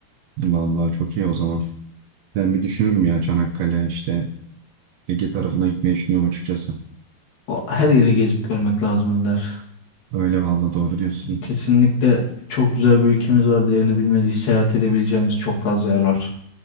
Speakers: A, on the right; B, on the left.
A: Vallahi çok iyi o zaman. Ben bir düşünürüm ya Çanakkale işte Ege tarafına gitmeyi düşünüyorum açıkçası.
B: O, her yeri gezip görmek lazım Önder.
A: Öyle vallahi doğru diyorsun.
B: Kesinlikle çok güzel bir ülkemiz var. Değerini bilmediği seyahat edebileceğimiz çok fazla yer var.